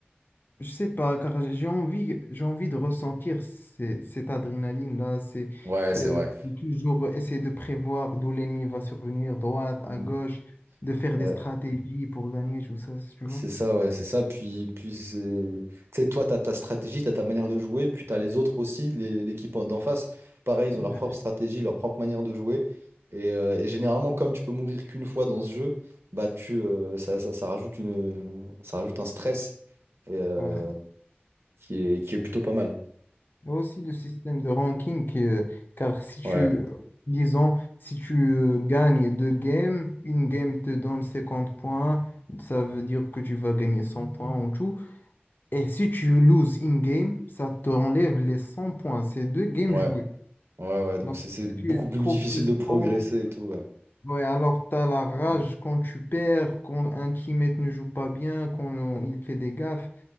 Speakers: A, on the left; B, on the right.
A: Je sais pas, car j'ai envie, j'ai envie de ressentir ces- cette adrénaline-là, c'est
B: Ouais, c'est
A: euh,
B: vrai.
A: de toujours essayer de prévoir d'où l'ennemi va survenir, droite, à
B: Mm.
A: gauche, de faire
B: Ouais.
A: des stratégies pour gagner, tout ça, tu vois.
B: C'est ça, ouais, c'est ça. Puis, puis c'est- tu sais, toi, tu as ta stratégie, tu as ta manière de jouer, puis tu as les autres aussi, les- l'équipe en- d'en face. Pareil, ils ont leur
A: Ouais.
B: propre stratégie, leur propre manière de jouer. Et, euh, et généralement, comme tu peux mourir qu'une fois dans ce jeu, bah, tu, euh, ça, ça, ça rajoute une, ça rajoute un stress et, euh,
A: Ouais.
B: qui est, qui est plutôt pas mal.
A: Et aussi le système de ranking, euh, car si tu,
B: Ouais,
A: euh, disons, si tu euh, gagnes deux games, une game te donne 50 points, ça veut dire que tu vas gagner 100 points en tout. Et si tu loses in-game, ça t'enlève les 100 points. C'est deux games
B: ouais,
A: joués.
B: ouais, ouais. Donc,
A: Donc,
B: c'est c'est beaucoup
A: si tu es
B: plus
A: trop
B: difficile
A: frustrant.
B: de progresser et tout. Ouais,
A: Ouais, alors tu as la rage
B: Mm.
A: quand tu perds, quand un teammate ne joue pas bien, quand il fait des gaffes.